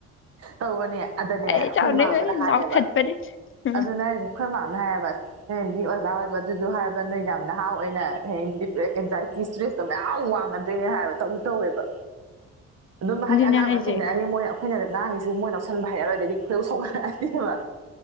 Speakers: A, on the right; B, on the left.
A: ꯇꯧꯕꯅꯦ ꯑꯗꯨꯗꯅꯦ
B: ꯑꯩ
A: ꯑꯩꯈꯣꯏ
B: ꯆꯥꯎꯅꯤꯡꯉꯦ
A: ꯏ ꯃꯥ ꯑꯃꯅ ꯍꯥꯏꯌꯦꯕ
B: ꯂꯥꯎꯊꯠꯄꯅꯦ ꯎꯝ
A: ꯑꯗꯨ <unintelligible> ꯑꯩꯈꯣꯏ ꯃꯥꯝꯅ ꯍꯥꯏꯕ ꯅꯣꯏꯅꯗꯤ ꯑꯣꯖꯥ ꯑꯣꯏꯕ ꯑꯗꯨꯣ ꯍꯥꯏꯕ ꯅꯣꯏ ꯌꯥꯝ ꯅꯍꯥ ꯑꯣꯏꯅꯗꯤ ꯍꯌꯦꯡ ꯗꯤꯄ꯭ꯔꯦ ꯑꯦꯟꯖꯥꯏꯇꯤ ꯏꯁꯇ꯭ꯔꯦꯁ ꯃꯌꯥꯝ ꯋꯥꯡꯉꯗꯣꯏꯅꯤ ꯍꯥꯏꯕ ꯇꯧꯁꯨ ꯇꯧꯋꯦꯕ ꯑꯗꯨꯝ ꯍꯥꯏꯗꯤ
B: ꯑꯗꯨꯅ
A: ꯑꯉꯥꯡ
B: ꯍꯥꯏꯁꯦ
A: ꯃꯌꯥꯝ ꯊꯦꯡꯅꯑꯅꯤ ꯃꯣꯏ ꯑꯩꯈꯣꯏꯅꯗ ꯉꯥꯡꯉꯤꯁꯤ ꯃꯣꯏ ꯂꯧꯁꯟꯕ ꯍꯩꯔꯔꯣ ꯑꯗꯨꯗꯩꯗꯤ ꯈꯣꯏꯔꯧ ꯁꯧꯒꯠꯂꯛ ꯑꯅꯤꯕ